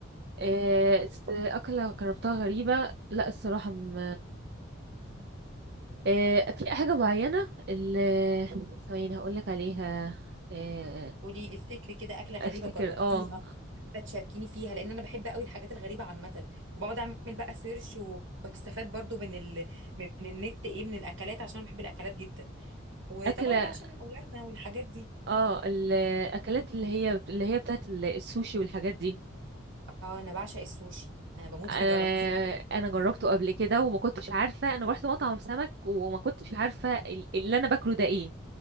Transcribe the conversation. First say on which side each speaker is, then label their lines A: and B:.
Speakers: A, on the right (about 55°); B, on the right (about 75°).
A: آه، س- أكلة جربتها غريبة لا الصراحة م... آه، في حاجة معينة اللي ثواني هقولك عليها آه،
B: قولي لي افتكري كده اكله غريبه
A: افتكر
B: جربتيها
A: اه
B: حابه تشاركيني فيها لان انا بحب قوي الحاجات الغريبه عامه وبقعد اعمل بقى سيرش و- واستفاد برضو من ال... من النت ايه من الاكلات عشان أنا بحب الاكلات جدا وطبعا
A: أكلة
B: بقى عشان اولادنا والحاجات دي
A: اه الأكلات اللي هي اللي هي بتاعت ال- السوشي والحاجات دي
B: اه انا بعشق السوشي انا بموت
A: انا
B: فيه جربتيه
A: انا جربته قبل كده وما كنتش عارفه انا رحت مطعم سمك وما كنتش عارفه ال- اللي انا باكله ده ايه